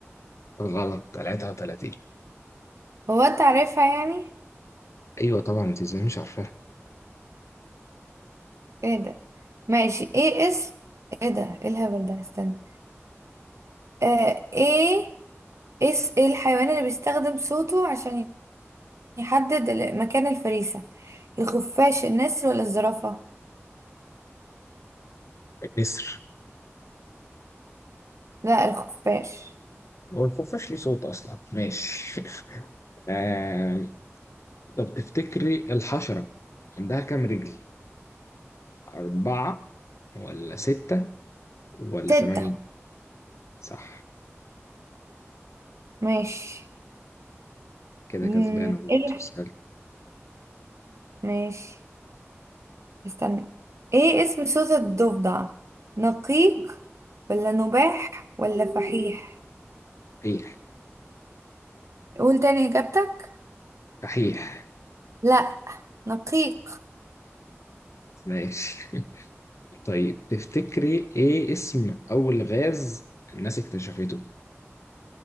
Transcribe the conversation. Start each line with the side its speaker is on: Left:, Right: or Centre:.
Left: غلط 33
Right: هو انت عارفها يعني
Left: ايوه طبعا انت ازاي مش عارفاها
Right: ايه ده ماشي ايه اسم ايه ده ايه الهبل ده استنى آه ايه اس ايه الحيوان اللي بيستخدم صوته عشان يحدد ال- مكان الفريسة الخفاش النسر ولا الزرافة
Left: النسر
Right: لا الخفاش
Left: هو الخفاش ليه صوت اصلا ماشي <laughs> آه... طب تفتكري الحشره عندها كام رجل اربعه ولا سته ولا
Right: تتة
Left: ثمانيه صح
Right: ماشي
Left: كده
Right: مم،
Left: كسبانه برضه
Right: ايه
Left: سهل.
Right: الح- ماشي استنى ايه اسم صوت الضفدع نقيق ولا نباح ولا فحيح
Left: صحيح
Right: قول تاني إجابتك
Left: صحيح
Right: لا نقيق
Left: ماشي <laughs> طيب تفتكري ايه اسم اول غاز الناس اكتشفته